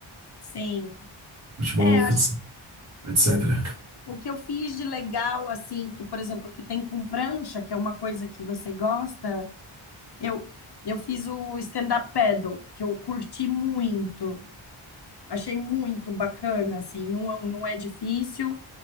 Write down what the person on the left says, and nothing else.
Sim.
É,
acho,
o que eu fiz de legal, assim, que, por exemplo, que tem com prancha, que é uma coisa que você gosta, eu, eu fiz o stand-up paddle, que eu curti muito. Achei muito bacana, assim, não, é- não é difícil.